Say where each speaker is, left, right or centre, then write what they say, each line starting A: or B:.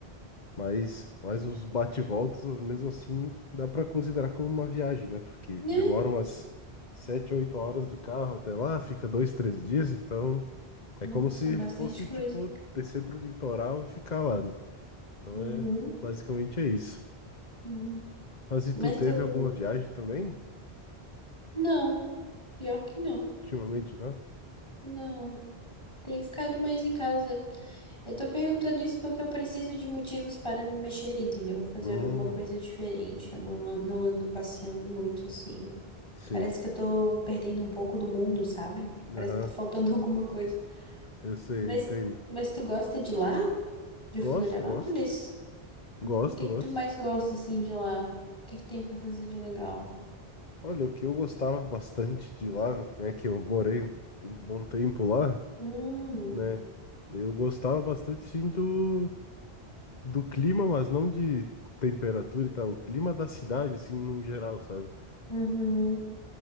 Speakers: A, on the left; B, on the left.
A: mas, mas os bate-voltas, mesmo assim, dá pra considerar como uma viagem, né? Porque
B: Né?
A: demora umas sete, oito horas de carro até lá, fica dois, três dias. Então, é
B: Nossa,
A: como se
B: é bastante
A: fosse,
B: coisa.
A: tipo, descer pro litoral e ficar lá, né? Então,
B: Uhum,
A: é basicamente é isso.
B: uhum.
A: Mas e
B: Mas
A: tu teve
B: tu.
A: alguma viagem também?
B: Não, pior que não.
A: Ultimamente, não?
B: Não. Tem ficado mais em casa. Eu tô perguntando isso porque eu preciso de motivos para me mexer, entendeu? Fazer
A: Hum,
B: alguma coisa diferente. Eu não, an- não ando passeando muito assim.
A: sim.
B: Parece que eu tô perdendo um pouco do mundo, sabe? Parece
A: Aham,
B: que tá faltando <laughs> alguma coisa.
A: eu sei,
B: Mas,
A: entendo.
B: mas tu gosta de lá? De Florianópolis?
A: Gosto, gosto.
B: Hum,
A: Gosto,
B: o que que
A: gosto.
B: tu mais gosta assim de lá? O que que tem pra fazer de legal?
A: Olha, o que eu gostava bastante de lá, que é que eu morei um um bom tempo lá,
B: Hum,
A: né? Eu gostava bastante, sim, do, do clima, mas não de temperatura e tal. O clima da cidade, assim, no geral, sabe?
B: uhum.